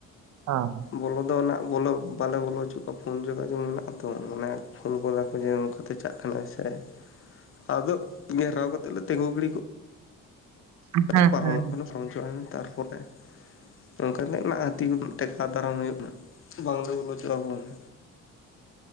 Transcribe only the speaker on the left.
ᱵᱚᱞᱚ ᱫᱚ ᱵᱚᱞᱚ ᱵᱟᱞᱮ ᱵᱚᱞᱚ ᱚᱪᱚ ᱠᱚᱣᱟ ᱯᱷᱳᱱ ᱡᱳᱜᱟᱡᱳᱜᱽ ᱢᱮᱱᱟᱜ ᱛᱚ ᱢᱟᱱᱮ ᱯᱷᱩᱱ ᱠᱚ ᱫᱟ ᱠᱚ ᱡᱮ ᱱᱚᱱᱠᱟᱛᱮ ᱪᱟᱜ ᱠᱟᱱᱟ ᱥᱮ ᱟᱫᱚ ᱜᱷᱮᱨᱟᱣ ᱠᱟᱛᱮ ᱞᱮ ᱛᱤᱸᱜᱩ ᱜᱤᱲᱤ ᱠᱚᱜ
ᱯᱟᱨᱚᱢᱚᱜ
ᱠᱟᱱᱟ ᱯᱟᱨᱚᱢ ᱦᱚᱪᱚᱣ ᱛᱟᱨᱯᱚᱨᱮ ᱚᱱᱠᱟ ᱜᱮ ᱚᱱᱟ ᱦᱟᱹᱛᱤ ᱠᱚ ᱴᱮᱠᱟᱣ ᱫᱟᱨᱟᱢ ᱦᱩᱭᱩᱜ ᱠᱟᱱᱟ ᱵᱟᱝᱞᱮ ᱵᱚᱞᱚ ᱦᱚᱪᱚᱣᱟᱵᱚᱱᱟ